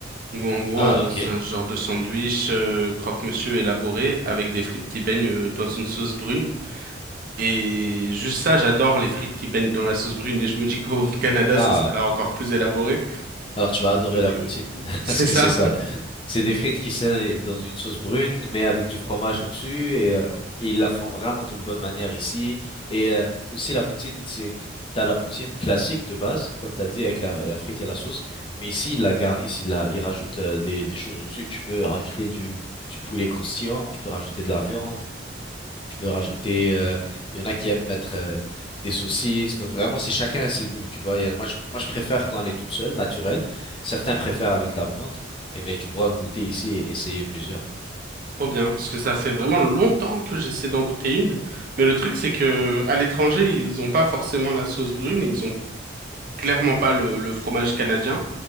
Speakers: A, on the right (about 45°); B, on the left (about 25°).
A: Donc, en gros,
B: Ah,
A: euh,
B: ok.
A: c'est un genre de sandwich euh, croque-monsieur élaboré avec des frites qui baignent euh, dans une sauce brune. Et juste ça, j'adore les frites qui baignent dans la sauce brune et je me dis qu'au <laughs> Canada,
B: Ah,
A: ce sera encore plus élaboré.
B: alors tu vas adorer
A: Donc,
B: la poutine,
A: euh, <laughs>
B: <laughs>
A: c'est
B: parce que
A: ça,
B: c'est ça. C'est des frites qui sont dans une sauce brune, mais avec du fromage au-dessus, et, euh, et ils la font vraiment d'une bonne manière ici. Et euh, aussi la poutine, c'est t'as la poutine classique de base, comme t'as dit avec la, la frite et la sauce, mais ici ils la garnissent, ils la, ils rajoutent euh, des, des choses au-dessus. Tu peux rajouter du du poulet croustillant, tu peux rajouter de la viande. Tu peux rajouter, euh, il y en a qui aiment mettre euh, des saucisses. Donc vraiment, c'est chacun à ses goûts, tu vois. Il y a- moi, je, moi, je préfère quand elle est toute seule, naturelle. Certains préfèrent avec de la viande. Et mais tu pourras goûter ici et essayer plusieurs.
A: Trop bien, parce que ça fait vraiment longtemps que j'essaie d'en goûter une. Mais le truc, c'est que à l'étranger, ils ont pas forcément la sauce brune et ils ont clairement pas le, le fromage canadien.